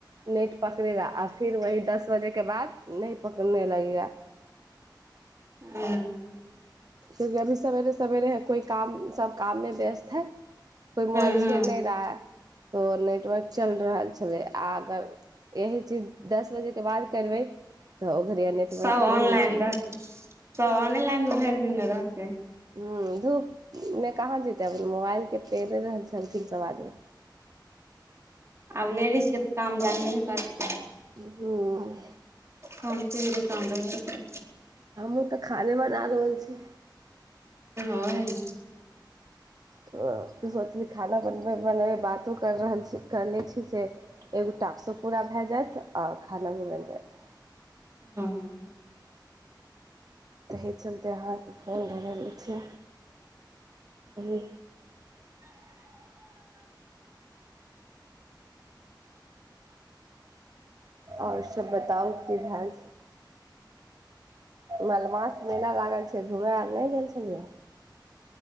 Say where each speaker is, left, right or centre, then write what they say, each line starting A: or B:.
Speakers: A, on the right; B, on the right.
A: नेट पकड़ेगा आ फिर वह दस बजे के बाद नहि पकड़ने लगेया
B: हँ
A: क्यूकि अभी सवेरे सवेरे कोइ काम सभ काममे व्यस्त है कोइ
B: हँ
A: मोइल
B: हँ
A: छैड़ नहि रहा है तऽ नेटवर्क चलि रहल छलै आ अगर यह चीज दस बजेके बाद करबै तऽ घड़िया नेटवर्क
B: सब
A: नहि
B: ओंनलाइन
A: मिल छल
B: रह सब ओंनलाइन भेर विना रहकें
A: हुँ धूप मे कहाँ जते मोबाइल के पेरे रह चलखिन सब आगेल
B: आब लेडीज के तऽ काम जानबे ने करतै
A: हुम्
B: काम चोर काम रहबे
A: हमहूँ तऽ खाने बना रहल छी
B: हाँ हन
A: तऽ सोचली खाना बनबै बनबै बातो करि रहल छी करि लै छी जे एगो टॉप्सो पूरा भए जायत आ खाना भी बनि जायत
B: हँ
A: तहि चलते अहाँके फोन भर लै छ अभी आओर सभ बताउ की भेलए मलमास मेला लागल छै घूमय आर नहि गेल छलियै